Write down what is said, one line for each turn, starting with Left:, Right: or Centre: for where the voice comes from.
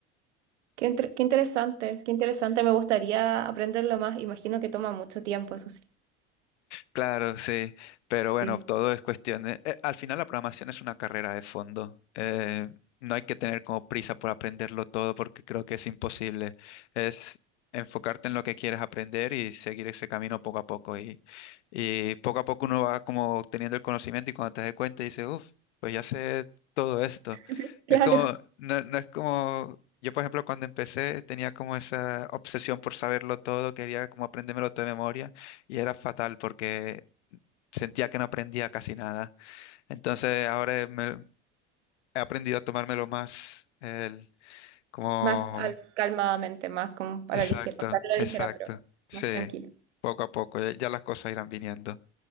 Right: qué, inter- qué interesante, qué interesante, me gustaría aprenderlo más, imagino que toma mucho tiempo, eso sí.
Left: Claro, sí, pero bueno,
Right: Sí.
Left: todo es cuestión de... eh, al final la programación es una carrera de fondo. eh, no hay que tener como prisa por aprenderlo todo porque creo que es imposible. Es enfocarte en lo que quieres aprender y seguir ese camino poco a poco. Y, y poco a poco uno va como teniendo el conocimiento y cuando te das cuenta dices, uff, pues ya sé todo esto.
Right: <laughs>
Left: Es
Right: Claro,
Left: como, no, no es como... Yo, por ejemplo, cuando empecé tenía como esa obsesión por saberlo todo, quería como aprendérmelo todo de memoria y era fatal porque sentía que no aprendía casi nada. Entonces ahora me- he aprendido a tomármelo más el, como...
Right: más al- calmadamente, más como para
Left: Exacto,
Right: la ligera, o sea, no la
Left: exacto.
Right: ligera, pero
Left: Sí,
Right: más tranquilo.
Left: poco a poco, ya, ya las cosas irán viniendo.